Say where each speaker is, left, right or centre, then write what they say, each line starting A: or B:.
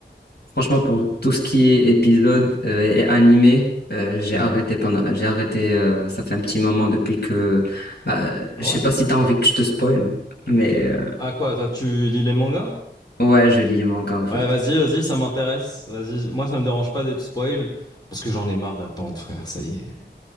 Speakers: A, on the left (about 60°); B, on the left (about 20°).
A: franchement, pour tout ce qui est épisode euh, et animé, euh, j'ai
B: Ouais.
A: arrêté pendant, j'ai arrêté, euh, ça fait un petit moment depuis que, bah, je
B: Ah
A: sais
B: ouais?
A: pas si t'as envie que je te spoil, mais
B: Ah quoi, toi tu lis les mangas?
A: euh, ouais, je lis les mangas en fait.
B: Ouais, vas-y, vas-y, ça m'intéresse. Vas-y, moi ça me dérange pas d'être spoil parce que j'en ai marre d'attendre, frère, ça y est.